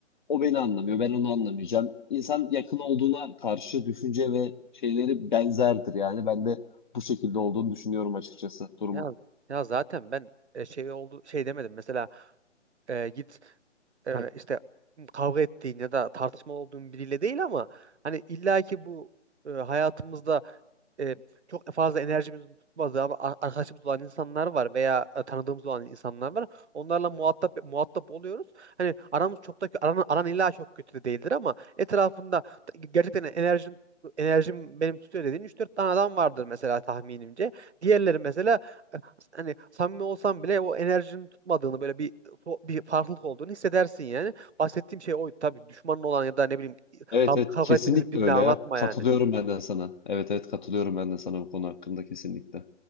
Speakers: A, on the left; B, on the right.
A: o
B: Yok
A: beni anlamıyor,
B: ya.
A: ben onu anlamayacağım. İnsan yakın olduğuna karşı düşünce ve şeyleri benzerdir yani. Ben de bu şekilde olduğunu düşünüyorum açıkçası durumun.
B: Ya, ya zaten ben e, şey oldu şey demedim mesela e, git Hani e, işte kavga ettiğin ya da tartışmalı olduğun biriyle değil ama hani illaki bu e, hayatımızda e, çok fazla enerjimizin tutmadığı ama ar- arkadaşımız olan insanlar var veya e, tanıdığımız olan insanlar var. Onlarla muhatap muhatap oluyoruz. Hani aramız çok da aran, aran illa çok kötü de değildir ama etrafında t- gerçekten enerjim enerjim benim tutuyor dediğin üç dört tane adam vardır mesela tahminimce. Diğerleri mesela e, hani samimi olsam bile o enerjinin tutmadığını böyle bir so- bir farklılık olduğunu hissedersin yani. Bahsettiğim şey oydu. Tabii düşmanın olan ya da ne bileyim
A: Evet
B: kavga,
A: evet
B: kavga
A: kesinlikle
B: ettiğiniz birine
A: öyle
B: anlatma
A: ya. Katılıyorum
B: yani.
A: ben de sana. Evet evet katılıyorum ben de sana bu konu hakkında kesinlikle.